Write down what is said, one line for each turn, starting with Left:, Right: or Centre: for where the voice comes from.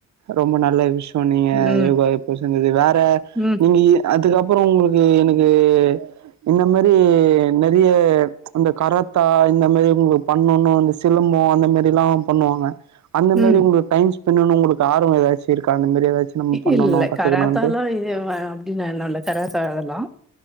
Right: ரொம்ப நல்ல விஷ்ய சொன்னீங்க
Centre: ம்
Right: யோகா எப்போ சந்தது வேற
Centre: ம்
Right: நீங்க இ அதுக்கப் ப்றோ உங்ளுக் க்கு எனக்கு இந்த மேரி நெறைய இந்த கரத்தா இந்த மேரி உங்களுக்கு பண்ணணு இந்த சிலம்போ அந்த மேரில்லா பண்ணுவாங்க அந்த மேரி
Centre: ம்
Right: உங்க டைம்ஸ் பின்னான்னு உங்களுக்கு ஆர்வம் ஏதாச்சி இருக்கா ஏதாச்சு நம்ம பண்ணணு
Centre: இல்ல
Right: கத்துக்கணுன்ட்டு
Centre: கராத்தாலா இ வ அப்பிடின் நான் என்ன இல் கராத்தெல்லா